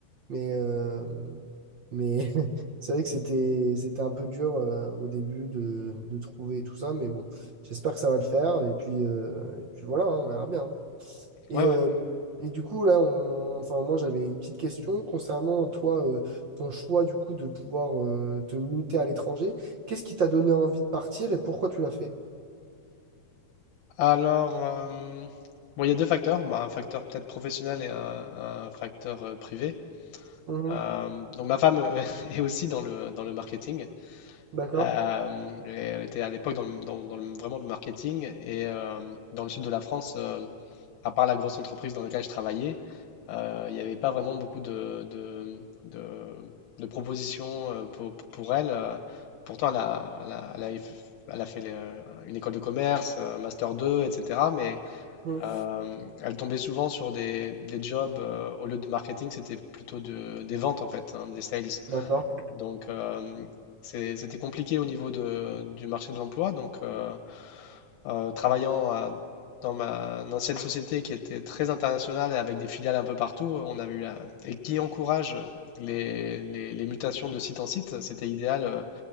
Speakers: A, on the right; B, on the left.
A: Mais, euh, mais <laughs> c'est vrai que c'était, c'était un peu dur euh, au début de, de trouver tout ça. Mais bon, j'espère que ça va le faire. Et puis, euh, et puis voilà, hein, on verra bien. Et,
B: Ouais,
A: euh,
B: ouais.
A: et du coup, là, on, enfin, moi, j'avais une petite question concernant toi, euh, ton choix du coup de pouvoir euh, te muter à l'étranger. Qu'est-ce qui t'a donné envie de partir et pourquoi tu l'as fait?
B: Alors, euh, bon, il y a deux facteurs, Bah, un facteur peut-être professionnel et un, un facteur euh, privé.
A: Mhm.
B: Euh, donc ma femme euh, <laughs> est aussi dans le, dans le marketing.
A: D'accord.
B: Euh, et elle était à l'époque dans, le- dans- dans le- vraiment le marketing. Et euh, dans le sud de la France, euh, à part la grosse entreprise dans laquelle je travaillais, euh, il n'y avait pas vraiment beaucoup de, de, de- de propositions euh, pour, pour elle. Euh, Pourtant, elle a, elle a- elle a- elle a fait les, euh, une école de commerce, un master 2, etc. Mais
A: Mhm.
B: euh, elle tombait souvent sur des, des jobs, euh, au lieu de marketing, c'était plutôt de- des ventes en fait, hein, des sales.
A: D'accord.
B: Donc euh, c'est- c'était compliqué au niveau de- du marché de l'emploi. Donc euh, euh, travaillant à- dans ma une ancienne société qui était très internationale et avec des filiales un peu partout, on avait eu la... et qui encourage les, les- les mutations de site en site, c'était idéal euh,